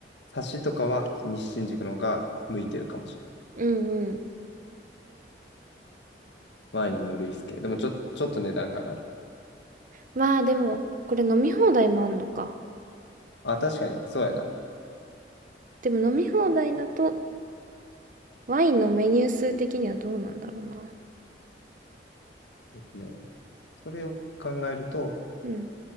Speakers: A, on the left; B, on the right.
A: サシとかは西新宿の方が向いてるかもしれ
B: うんうん。
A: ない。ワインのルイス系。でもちょ、ちょっと値段が上がる。
B: まあでも、これ飲み放題もあんのか。
A: あ、確かに、そうやな。
B: でも飲み放題だと、ワインのメニュー数的にはどうなんだろうな。
A: えっとね、それを考えると、
B: うん。